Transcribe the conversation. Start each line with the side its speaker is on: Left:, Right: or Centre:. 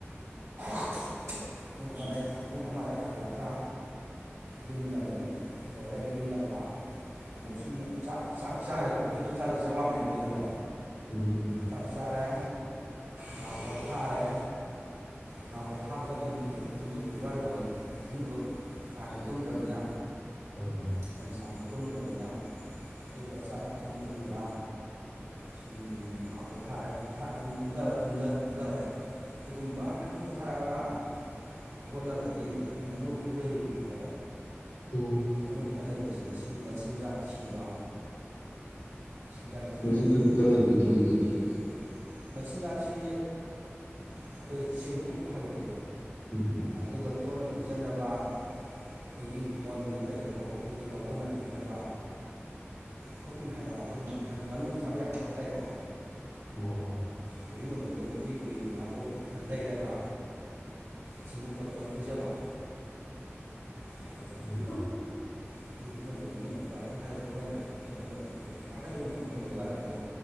Right: <unintelligible> ꯄꯨꯡ ꯑꯃꯗꯒꯤ ꯄꯨꯡ ꯑꯃꯗꯒꯤ ꯍꯜꯂꯛꯑꯒ ꯌꯨꯝꯗ ꯑꯃꯨꯛ ꯌꯧꯔꯦ ꯌꯨꯝꯗ ꯉꯥꯏꯍꯥꯛ ꯑꯃꯨꯛꯁꯨ ꯑꯃꯨꯛ ꯆꯥꯛ ꯆꯥꯛ ꯆꯥꯔꯦꯀꯣ ꯑꯌꯨꯛꯇ ꯆꯥꯛ ꯆꯥꯔꯤꯗꯨꯅ ꯆꯥꯔꯥ ꯋꯥꯟꯕꯅꯤꯀꯣ ꯑꯌꯨꯀꯤꯗꯨꯅꯀꯣ
Left: ꯎꯝ ꯎꯝ
Right: ꯆꯥꯛ ꯆꯥꯔꯦ ꯉꯥꯏꯍꯥꯛ ꯄꯣꯠꯊꯥꯔꯦ ꯉꯥꯏꯍꯥꯛ ꯄꯣꯠꯊꯥꯕꯗ ꯑꯗꯨꯝ ꯇꯨꯝꯊꯣꯛꯈꯤꯕꯁꯨ ꯌꯥꯎꯔꯤ ꯄꯣꯠꯅꯤ ꯑꯍꯤꯡꯗꯨ ꯀꯥ ꯍꯦꯟꯅ ꯇꯨꯝꯗ꯭ꯔꯕꯅꯤꯅ
Left: ꯍꯣꯏ ꯍꯣꯏ
Right: ꯃꯇꯝ ꯁꯥꯡ ꯇꯨꯝꯗ꯭ꯔꯕꯅꯤꯅ ꯑꯗꯨꯒ ꯆꯥꯛ ꯆꯊꯣꯛꯑ ꯃꯇꯨꯡꯗ ꯁꯨꯝ ꯉꯥꯏꯍꯥꯛ ꯄꯣꯊꯥꯔꯦ ꯄꯣꯊꯥ ꯑꯗꯨꯝ ꯇꯨꯝꯊꯈꯔꯦ ꯀꯩꯒꯨꯝꯕ ꯉꯥꯛꯇꯪ ꯄꯨꯊꯥꯔꯒ ꯍꯧꯒꯠꯂꯒꯗꯤ ꯑꯩꯈꯣꯏ ꯉꯥꯅꯨ ꯈꯔ ꯂꯣꯏꯔꯤꯕꯀꯣ
Left: ꯎꯝ
Right: ꯉꯥꯅꯨ ꯈꯔ ꯂꯩꯕꯁꯤ ꯃꯁꯤꯒꯤ ꯃꯆꯤꯟꯖꯥꯛ ꯊꯤꯕ ꯑꯌꯥꯛꯀꯤ
Left: ꯃꯆꯤꯟꯖꯣꯛꯇꯤ
Right: ꯑꯅꯤ ꯑꯩꯈꯣꯏ
Left: ꯀꯗꯥꯏꯗꯒꯤ ꯊꯤꯒꯦ
Right: ꯃꯆꯤꯟꯖꯥꯛꯁꯤ ꯑꯩꯈꯣꯏ ꯆꯦꯡ ꯀꯨꯞ ꯍꯥꯏꯕꯗꯣ
Left: ꯎꯝ ꯎꯝ
Right: ꯑꯗꯨꯒ ꯇꯣꯠꯂ ꯄꯤꯖꯅꯕ ꯑꯩꯈꯣꯏꯒꯤ ꯏꯪꯈꯣ ꯏꯈꯣꯟꯗ ꯀꯩꯗ ꯍꯧꯕ ꯑꯩꯈꯣꯏꯒꯤ ꯀꯧꯕꯣ ꯅꯥꯄꯤꯒ ꯍꯥꯏꯕ ꯍꯨꯞꯅ ꯍꯥꯏꯕ ꯑꯗꯨꯒꯨꯝꯕ ꯍꯥꯏꯗꯤ ꯉꯥꯅꯨꯅ ꯆꯥꯕ ꯌꯥꯕ ꯄꯣꯠ ꯍꯥꯏꯇꯥꯔꯦꯀꯣ
Left: ꯑꯣ
Right: ꯀꯣꯏꯕꯤ ꯃꯇꯝꯗꯕꯨꯗꯤ ꯀꯣꯕꯤ ꯃꯅꯥꯗꯣ ꯈꯔ ꯂꯩꯔꯒ ꯆꯦꯡ ꯗꯔ ꯇꯣꯠꯂ ꯄꯤꯖꯥꯕ ꯑꯗꯣ
Left: ꯎꯝ
Right: ꯀꯕꯤ ꯍꯧꯖꯤꯛ ꯀꯨꯢꯔ ꯃꯇꯝꯗ ꯅꯠꯄ ꯑꯩꯈꯣꯏ ꯊꯥꯏꯅꯗ ꯍꯧꯅꯗ꯭ꯔꯦ ꯅꯠꯄ ꯅꯠꯇ ꯑ ꯗꯔꯀꯔ ꯈꯔ ꯑꯗꯨꯝ ꯐꯪ ꯐꯪꯅꯕꯖꯥꯠꯅꯤ ꯑꯗꯣ